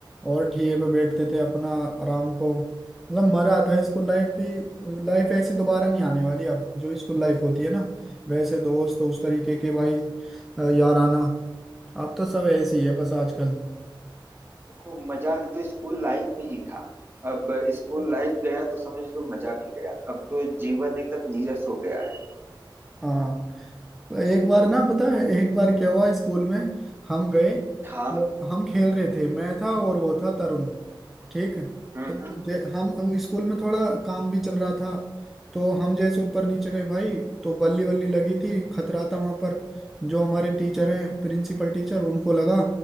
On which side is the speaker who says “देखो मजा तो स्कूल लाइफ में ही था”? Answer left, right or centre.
Right